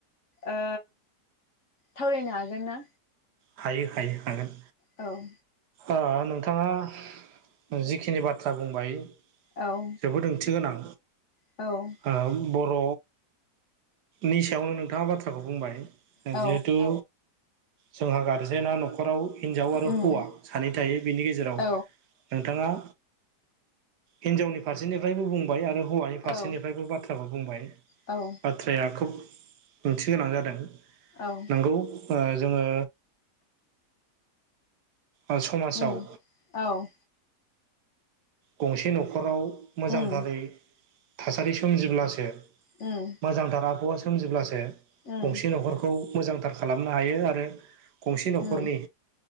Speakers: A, on the left; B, on the right.
A: ओ सावरायनो हागोन ना
B: हायो हायो हागोन
A: औ
B: ओ नोंथाङा जिखिनि बाथ्रा बुंबाय
A: औ
B: जोबोद ओंथि गोनां
A: औ
B: ओ बर' नि सायावनो नोंथाङा बाथ्राखौ बुंबाय जिहेतु
A: औ
B: जोंहा गारजेना न'खराव हिनजाव आरो
A: उम
B: हौवा सानै थायो बिनि गेजेराव।
A: औ
B: नोंथाङा हिनजावनि फारसेनिफ्रायबो बुंबाय आरो हौवानि फारसेनिफ्रायबो
A: औ
B: बाथ्राखौ बुंबाय <unintelligible>
A: औ
B: थ्राया खोब ओंथि गोनां जादों।
A: औ
B: नोंगौ ओ जोङो ओ समाजाव
A: उम औ
B: गंसे न'खराव मोजांथारै
A: उम
B: थासारि सोमजिब्लासो
A: औ
B: मोजांथार आबहावा सोमजिब्लासो
A: उम
B: गंसे न'खरखौ मोजांथार खालामनो हायो आरो गंसे न'खरनि
A: उम